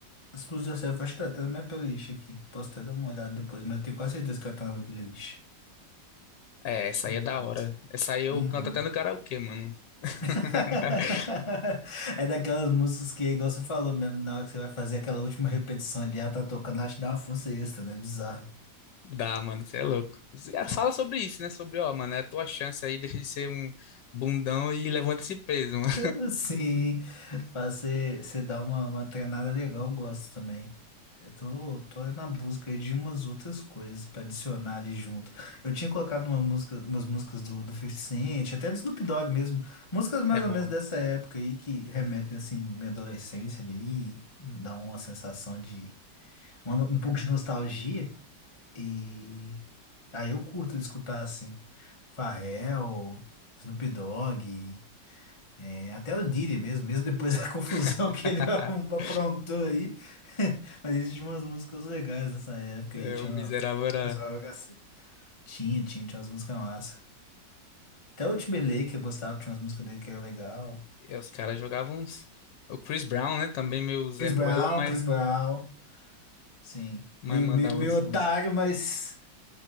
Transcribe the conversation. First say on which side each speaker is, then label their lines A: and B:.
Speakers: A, on the left; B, on the left.
A: As coisas da Selva, acho que tá até na minha playlist aqui. Posso até dar uma olhada depois, mas eu tenho quase certeza que ela tá na minha playlist.
B: É, essa
A: Eu
B: aí é
A: curto.
B: da hora. Essa aí eu
A: Uhum.
B: canto até no karaokê, mano. <laughs>
A: <laughs> É daquelas músicas que, igual você falou mesmo, na hora que você vai fazer aquela última repetição ali, ela tá tocando, ela te dá uma força extra, né? Bizarro.
B: Dá, mano, você é louco. Ah, Fala sobre isso, né? Sobre, ó, mano, é a tua chance aí, deixa de ser um bundão e levanta esse peso,
A: <laughs>
B: mano.
A: Sim, fazer, você dá uma, uma treinada legal, eu gosto também. Eu tô, tô na busca aí de umas outras coisas pra adicionar ali junto. Eu tinha colocado uma música, umas músicas do, do 50 Cent, até do Snoop Dogg mesmo. Músicas mais
B: É boa.
A: ou menos dessa época aí que remetem, assim, minha adolescência ali, e dá uma sensação de, uma- um pouco de nostalgia. E aí eu curto escutar, assim, Pharrell, Snoop Dogg. É, até o Didi mesmo, mesmo depois da <laughs> confusão
B: <laughs>
A: que ele <laughs> arrum- aprontou aí. <laughs> Mas ele tinha umas músicas legais nessa época
B: É,
A: aí, tinha
B: o miserável
A: uma... o
B: era.
A: pessoal era assim. tinha, tinha, tinha umas músicas massa. Até o Timberlake eu gostava, tinha umas músicas dele que era legal.
B: É, os caras jogavam uns... O Chris Brown, né? Também meio Zé
A: Chris
B: Ruela,
A: Brown,
B: mas,
A: Chris Brown, sim.
B: mas
A: Meio,
B: mandava
A: meio, meio
B: uns
A: otário,
B: sons.
A: mas